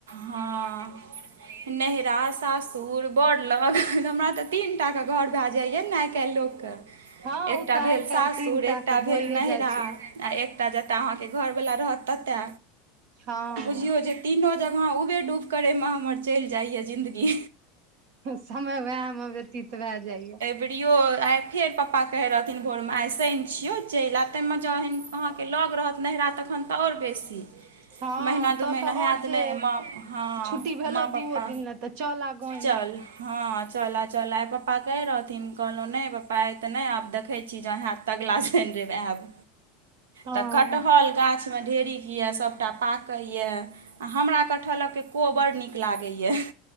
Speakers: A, on the right; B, on the right.
A: हँ नहिरा, सासुर, बड़लग <unintelligible> हमरा तऽ तीन टाके घर भए जाइए ने आइ काल्हि लोकके।
B: हँ
A: एकटा
B: ओ तऽ
A: भेल
B: आइ काल्हि
A: सासुर,
B: तीन टा
A: एकटा
B: के भइए
A: भेल नैहरा
B: जाइ छै
A: आ एकटा जतय अहाँके घर वला रहत ततए।
B: हँ
A: बुझियौ जे तीनो ज <unintelligible> करयमे हमर चलि जाइए जिन्दगी।
B: समय उएहमे व्यतीत भए जाइए।
A: प्रियो, आई फेर पप्पा कहै रहथिन भोर मे आई शनि छियौ चलि आ, ताहि मे जहैन अहाँ लग रहत नहिरा तखन तऽ और बेसी।
B: हँ
A: महीना दू
B: तऽ
A: महीना
B: तऽ
A: हैत
B: आओर जे
A: नहि माँ हँ
B: छुट्टी भेलो
A: माँ पप्पा
B: दुओ दिन ले तऽ चल आ गांवे।
A: चल हँ चल आ, चल आ आई पप्पा कहै रहथिन। कहलो नहि पप्पा आइ त नहि आब देख देखै छी जऽ हेएत त अगला शैन रैब आएब।
B: हँ
A: त कटहल गाछ मे ढे़रिक येए सबटा पाकैये। आ हमरा कटहलऽ के को बड़ नीक लागैये।